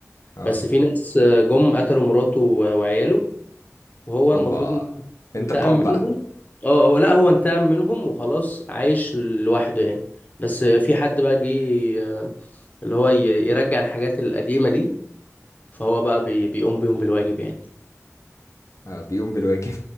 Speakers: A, on the left; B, on the left.
A: اه
B: بس في ناس آه، جم قتلوا مراته و- وعياله وهو
A: اوبا
B: المفروض
A: انتقام
B: انتقم منهم
A: بقى
B: اه هو لا هو انتقم منهم وخلاص عايش لوحده يعني بس في حد بقى جه آه، اللي هو ي- يرجع الحاجات القديمة دي فهو بقى بي بيقوم بيهم بالواجب يعني
A: اه بيقوم بالواجب